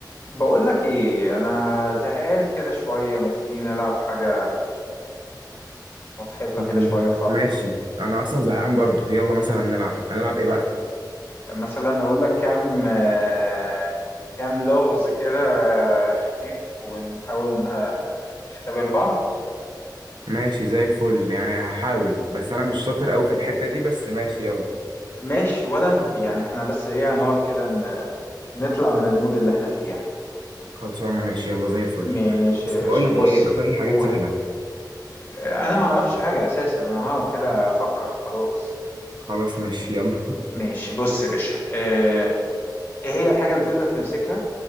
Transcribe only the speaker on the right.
مم.
ماشي انا اصلا زهقان برضو يلا مثلا نلعب هنلعب ايه بقى
ماشي زي الفل يعني هحاول بس انا مش شاطر قوي في الحتة دي بس ماشي يلا
خلصانه ماشي يلا زي الفل
بس
بقول لك
ايه اختار لي حاجات
سهلة
خلاص ماشي يلا